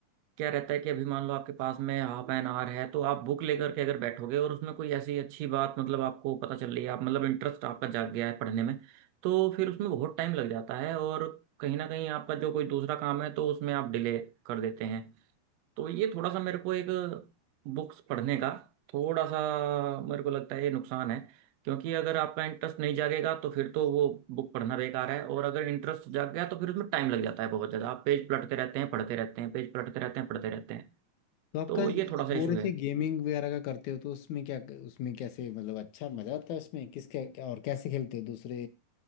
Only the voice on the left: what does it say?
तो आपका
आप
बोल
रहे
थे गेमिंग वगैरह का करते हो तो उसमें क्या उसमें कैसे मतलब अच्छा मजा आता है उसमें किस क्या, क्या- और कैसे खेलते हो दूसरे